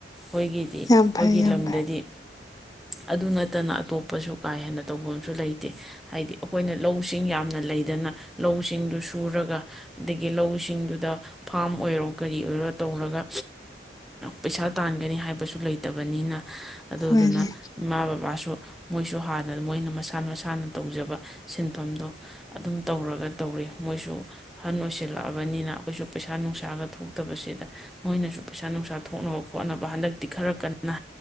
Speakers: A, in the centre; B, on the left.
A: ꯑꯩꯈꯣꯏꯒꯤꯗꯤ ꯑꯩꯈꯣꯏꯒꯤ
B: ꯌꯥꯝ ꯐꯩ ꯌꯥꯝ
A: ꯂꯝꯗꯗꯤ
B: ꯐꯩ
A: ꯑꯗꯨ ꯅꯠꯇꯅ ꯑꯇꯣꯞꯄꯁꯨ ꯀꯥ ꯍꯦꯟꯅ ꯇꯧꯐꯝꯁꯨ ꯂꯩꯇꯦ ꯍꯥꯏꯗꯤ ꯑꯩꯈꯣꯏꯅ ꯂꯧꯁꯤꯡ ꯌꯥꯝꯅ ꯂꯩꯗꯅ ꯂꯧꯁꯤꯡꯗꯨꯁꯨ ꯁꯨꯔꯒ ꯑꯗꯒꯤ ꯂꯧꯁꯤꯡꯗꯨꯗ ꯐꯥꯝ ꯑꯣꯏꯔꯣ ꯀꯔꯤ ꯑꯣꯏꯔꯣ ꯇꯧꯔꯒ ꯄꯩꯁꯥ ꯇꯥꯟꯒꯅꯤ ꯍꯥꯏꯕꯁꯨ ꯂꯩꯇꯕꯅꯤꯅ ꯑꯗꯨꯗꯨꯅ
B: ꯍꯣꯏꯅꯦ
A: ꯏꯃꯥ ꯕꯕꯥꯁꯨ ꯃꯣꯏꯁꯨ ꯍꯥꯟꯅ ꯃꯣꯏꯅ ꯃꯁꯥꯅ ꯃꯁꯥꯅ ꯇꯧꯖꯕ ꯁꯤꯟꯐꯝꯗꯣ ꯑꯗꯨꯝ ꯇꯧꯔꯒ ꯇꯧꯔꯤ ꯃꯣꯏꯁꯨ ꯑꯍꯟ ꯑꯣꯏꯁꯤꯜꯂꯛꯑꯕꯅꯤꯅ ꯑꯩꯈꯣꯏꯁꯨ ꯄꯩꯁꯥ ꯅꯨꯡꯁꯥꯒ ꯊꯣꯛꯇꯕꯁꯤꯗ ꯃꯣꯏꯅꯁꯨ ꯄꯩꯁꯥ ꯅꯨꯡꯁꯥ ꯊꯣꯛꯅꯕ ꯈꯣꯠꯅꯕ ꯍꯟꯗꯛꯇꯤ ꯈꯔ ꯀꯟꯅ